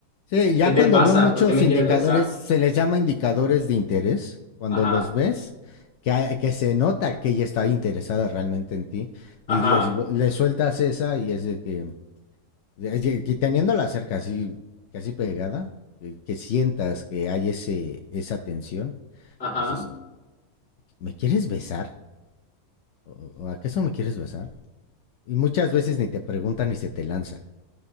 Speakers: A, on the left; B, on the left.
A: Sí, ya
B: ¿qué te
A: cuando
B: pasa?
A: veo muchos
B: ¿Por qué me
A: indicadores,
B: quieres besar?
A: se les llama indicadores de interés, cuando
B: Ajá,
A: los ves, que, hay- que se nota que ella está interesada realmente en ti,
B: ajá,
A: y les, vu- le sueltas esa y es de que, Y que teniéndola cerca, así, casi pegada, que, que sientas que hay ese, esa tensión,
B: ajá.
A: dices, ¿me quieres besar? ¿O, o acaso me quieres besar? Y muchas veces ni te preguntan ni se te lanzan.